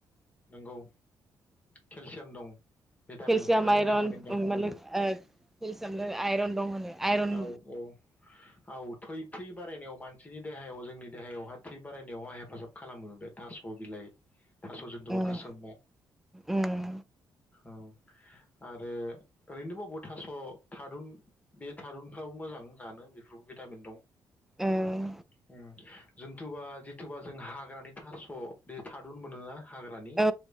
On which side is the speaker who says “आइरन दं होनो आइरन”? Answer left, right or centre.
Centre